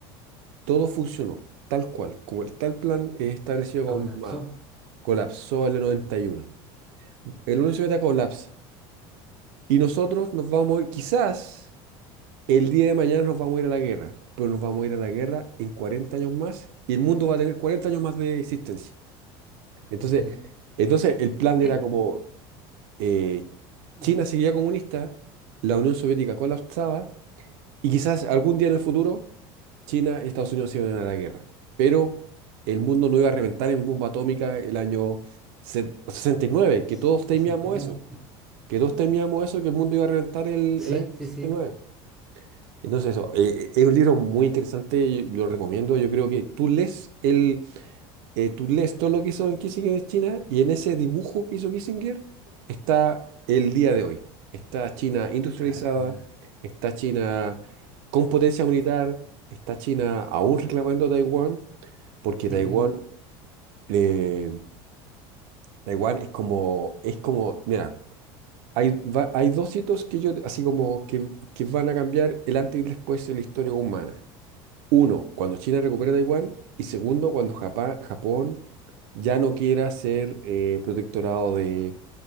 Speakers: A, on the right; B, in the centre.
A: Todo funcionó tal cual, como el tal plan es establecido con
B: Colapsó.
A: Mao. Colapsó en el 91. El Unión Soviética colapsa y nosotros nos vamos, a ir- quizás el día de mañana nos vamos a ir a la guerra, pero nos vamos a ir a la guerra en 40 años más y el mundo va a tener 40 años más de existencia. Entonces,
B: Ujú,
A: entonces el plan
B: <clears throat>
A: era como eh,
B: eh,
A: China seguía comunista, la Unión Soviética colapsaba Y quizás algún día en el futuro China y Estados Unidos se iban a la guerra, pero el mundo no iba a reventar en bomba atómica el año se- sesenta
B: eh,
A: y nueve que todos
B: 69.
A: temíamos eso,
B: Ah,
A: que todos temíamos eso, que el mundo iba a reventar
B: <clears throat>
A: el,
B: Sí,
A: el año
B: sí,
A: sesenta
B: sí.
A: y nueve Entonces eso, eh, eh, es un libro muy interesante, yo lo recomiendo, yo creo que tú lees el, eh, tú lees todo lo que hizo en Kissinger en China y en ese dibujo que hizo Kissinger está el día de hoy. Está China industrializada,
B: Ah, caray.
A: está China con potencia militar, está China aún reclamando Taiwán, porque Taiwán,
B: Ujú,
A: eh, Taiwán es como, es como, mira, hay, va- hay dos hitos que yo, así como que, que van a cambiar el antes y el después de la historia humana. Uno, cuando China recupera Taiwán, y segundo, cuando Japa- Japón, ya no quiera ser eh, protectorado de,